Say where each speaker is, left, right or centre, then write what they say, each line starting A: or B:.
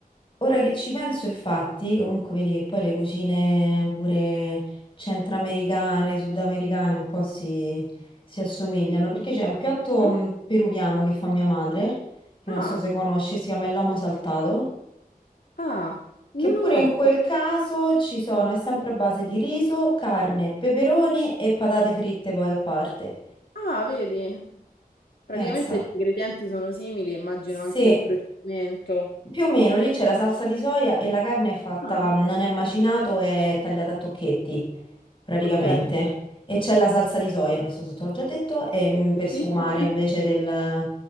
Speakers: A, on the left; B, on the left.
A: Ora che ci penso, infatti, comunque vedi che poi le cucine pure centroamericane, sudamericane un po' si, si assomigliano, perché c'è un piatto
B: Mm?
A: mh, peruviano che fa mia madre, che
B: Ah,
A: non so se conosci, si chiama il lomo saltato,
B: ah, non
A: che pure
B: lo conosco.
A: in quel caso ci sono, è sempre a base di riso, carne, peperoni e patate fritte poi a parte.
B: Ah, vedi? Praticamente
A: Pensa.
B: gli ingredienti sono simili, immagino
A: Sì,
B: anche il procedimento.
A: più o meno lì c'è la salsa di soia e la carne è fatta,
B: Ah,
A: mhmm,
B: ok.
A: non è macinato, è tagliata a tocchetti. praticamente.
B: Ok.
A: E c'è la salsa di soia, non so se te l'ho già detto, e, mm, per
B: Sì,
A: sfumare
B: sì. <laughs>
A: invece del,